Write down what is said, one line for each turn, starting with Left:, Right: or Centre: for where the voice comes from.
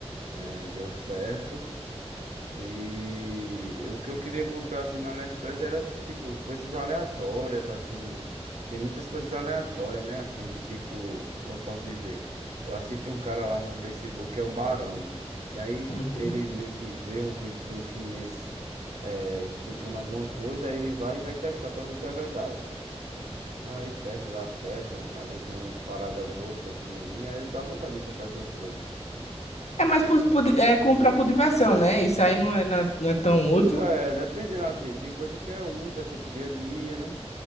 Right: É, deu certo. E o que eu queria comprar assim no AliExpress era tipo coisas aleatórias, assim. Tem muitas coisas aleatórias, né? Assim, de tipo, como eu posso dizer? Eu assisti um cara lá no Facebook, que é o Barone. E aí
Left: Uhum.
Right: ele meio que vê um vídeo de um chinês é, explicando alguma coisa, aí ele vai e vai testar pra ver se é verdade. E Aí testa, dá certo. Às vezes tem umas paradas botas ruins, aí dá vontade de comprar essas coisas.
Left: É mais por, por- é comprar por diversão, né? Isso aí não é, na- não é tão útil.
Right: É, dependendo assim, tem coisa que é útil, assim, pro dia a dia, né?